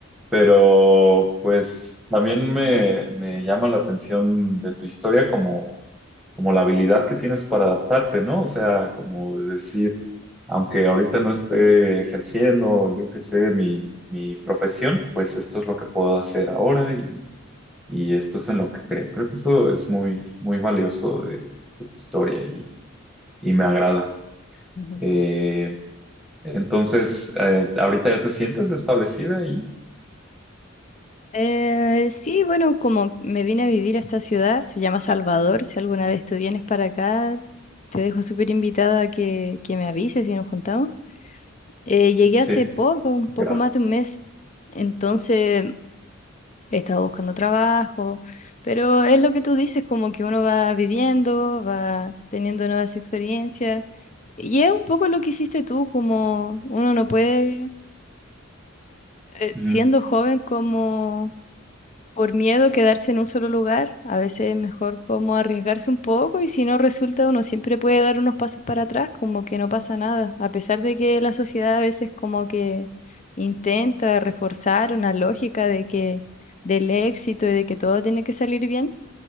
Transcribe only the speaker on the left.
ujú.
Eh, sí, bueno, como me vine a vivir a esta ciudad, se llama Salvador, si alguna vez tú vienes para acá, te dejo súper invitada a que, que me avises si nos juntamos. Eh, llegué
hace poco, un poco
más de un mes, entonces he estado buscando trabajo, pero es lo que tú dices, como que uno va viviendo, va teniendo nuevas experiencias, y es un poco lo que hiciste tú, como uno no puede, eh,
siendo joven, como por miedo a quedarse en un solo lugar, a veces es mejor como arriesgarse un poco y si no resulta uno siempre puede dar unos pasos para atrás, como que no pasa nada, a pesar de que la sociedad a veces como que intenta reforzar una lógica de que del éxito y de que todo tiene que salir bien,